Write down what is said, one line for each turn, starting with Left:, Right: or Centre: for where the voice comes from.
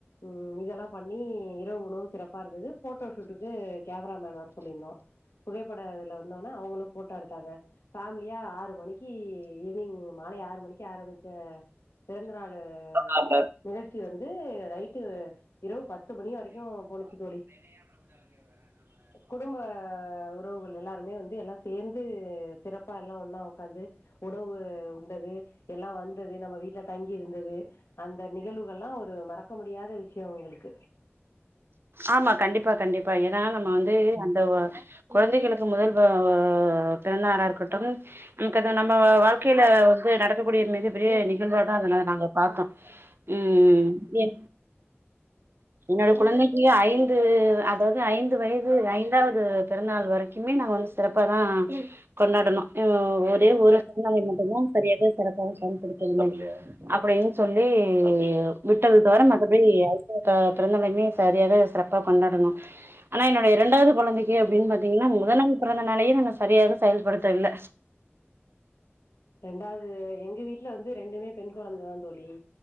Left: உம் இதெல்லாம் பண்ணி இரவு உணவு சிறப்பா இருந்தது போட்டோஷூட்டுக்கு கேமராமேன்ன வர சொல்லியிருந்தோம் புகைப்பட இதல வந்தோன அவங்களும் போட்டோ எடுத்தாங்க பேமிலியா ஆறு மணிக் கி ஈவினிங் மாலை ஆறு மணிக்கு ஆரம்பிச்ச பிறந்தநாள் உ
Right: கண்டிப்பா
Left: நிகழ்ச்சி வந்து ரைட் டு இரவு பத் து மணி வரைக்கும் போனுச்சு தோழி குடும்ப உறவுகள் எல்லா மே வந்து எல்லா சேந்து சிறப்பா எல்லா ஒண்ணா உக்காந்து உணவு உண்டது எல்லாம் வந்தது நம்ம வீட்டுல தங்கி இருந்தது அந்த நிகழ்வுகள்ல்லாம் ஒரு மறக்க முடியாத விஷயம் எங்களுக்கு
Right: ஆமா கண்டிப்பா கண்டிப்பா அ ஏன்னா நம்ம வந்து அந்த வ கொழந்தைகளுக்கு முதல் உ பிறந்தநாடா இருக்கட்டும் நம்ம வாழ்க்கையில வந்து நடக்கக்கூடிய மிக பெரிய நிகழ்வா தான் அத நாங்க பாத்தோம் உம் உம் என் என்னோட குழந்தைக்கு ஐந்து அதாவது ஐந்து வயது ஐந்தாவது பிறந்தாள் வரைக்குமே நாங்க வந்து சிறப்பாதான் கொண்டாடணும் ம் ஒரே ஒரு பிறந்தநாளை மட்டும்தான் சரியாக சிறப்பாக செயல்படுத்தவில்லை அப்படின்னு சொல்லி விட்டது தவர மத்தபடி ப பிறந்தையுமே சரியாக சிறப்பா கொண்டானோம் ஆனா என்னோடைய இரண்டாவது கொழந்தைக்கு அப்படின்னு பாத்தீங்கன்னா முதலாம் பிறந்த நாளயே நாங்க சரியாக செயல்படுத்தவில்லை
Left: ரெண்டாவது எங்க வீட்டு்ல வந்து ரெண்டுமே பெண் கொழந்தைதான் தோழி